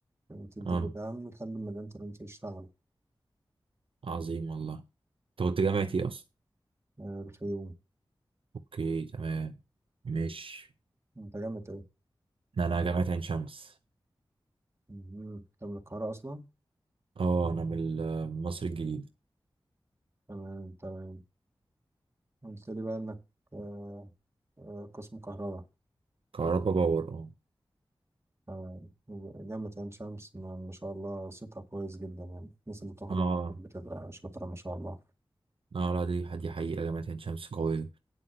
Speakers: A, on the right; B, on the right.
A: وتديله
B: اه
A: دعم لحد ما الإنترنت يشتغل
B: عظيم والله انت كنت جامعة ايه اصلا
A: آه، الخيوم
B: اوكي تمام ماشي
A: أنت جامد إيه؟
B: انا جامعة عين شمس
A: مم. أنت من القاهرة أصلا؟
B: اه انا من ال- من مصر الجديدة
A: تمام تمام قلت لي بقى إنك آه، آه، قسم كهرباء
B: كهربا باور اه
A: تمام جامعة عين شمس ما ما شاء الله صيتها كويس جدا يعني الناس اللي بتخرج
B: اه
A: بتبقى شاطرة ما شاء الله
B: اه لا دي دي حقيقة جامعة عين شمس قوية